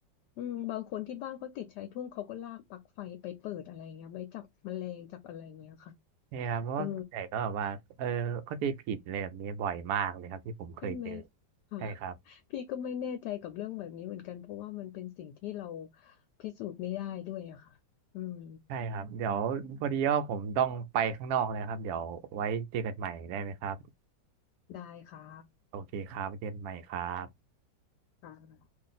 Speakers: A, on the left (about 70°); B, on the right (about 70°).
A: อืมบางคนที่บ้านเขาติดชายทุ่งเขาก็ลากปลั๊กไฟไปเปิดอะไรเงี้ยไปจับแมลงจับอะไรเงี้ยค่ะ
B: ใช่ครับเพราะว่าส่วนใหญ่ก็แบบว่าเออเข้าใจผิดอะไรแบบนี้บ่อยมากเลยครับที่ผมเคยเจอ
A: เออใช่ไหมอ่ะ
B: ใช่ครับ
A: พี่ก็ไม่แน่ใจกับเรื่องแบบนี้เหมือนกันเพราะว่ามันเป็นสิ่งที่เราพิสูจน์ไม่ได้ด้วยอะค่ะอืม
B: ใช่ครับเดี๋ยวพอดีว่าผมต้องไปข้างนอกเลยครับเดี๋ยวไว้เจอกันใหม่ได้ไหมครับ
A: ได้ค่ะ
B: โอเคครับเจอนใหม่ครับ
A: ค่ะ